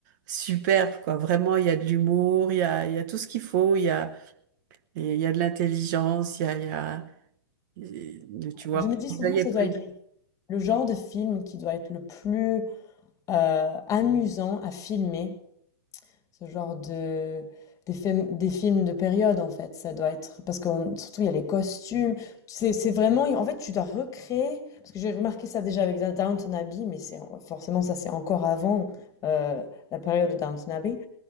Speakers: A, on the right (about 45°); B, on the left (about 25°).
A: superbes, quoi. Vraiment, il y a de l'humour, il y a, il y a tout ce qu'il faut, il y a, il y a de l'intelligence, il y a, il y a- il- tu vois,
B: Je me dis
A: pour
B: souvent,
A: veiller
B: ça
A: près.
B: doit être le genre de film qui doit être le plus euh, amusant à filmer. ce genre de des films, des films de période en fait ça doit être parce que surtout il y a les costumes c'est c'est vraiment en fait tu dois recréer parce que j'ai remarqué ça déjà avec Downton Abbey mais c'est forcément ça c'est encore avant euh, la période de Downton Abbey